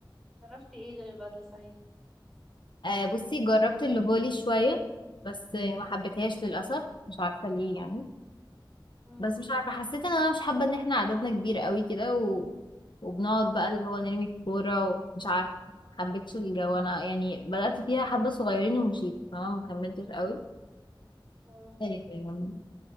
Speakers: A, in the centre; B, on the left (about 65°).
A: جربتي ايه غير البادل صحيح؟
B: آه، بصي جربت الفولي شوية بس آه، ما حبيتهاش للأسف مش عارفة ليه يعني
A: مم.
B: بس مش عارفة حسيت ان انا مش حابة ان احنا عددنا كبير قوي كده و... وبنقعد بقى اللي هو نرمي الكورة ومش عارفة محبتش الجو انا يعني بدأت فيها حبة صغيرين ومشيت فما مكملتش قوي
A: تمام.
B: آم،